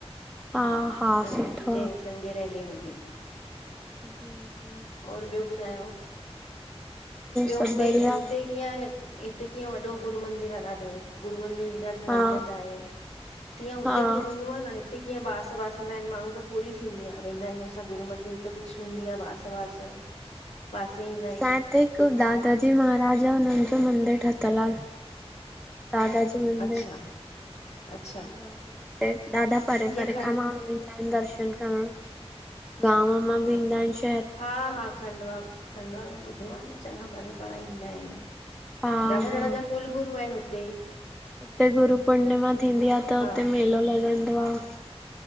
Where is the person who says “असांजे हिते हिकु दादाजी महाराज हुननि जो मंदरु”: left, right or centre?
Centre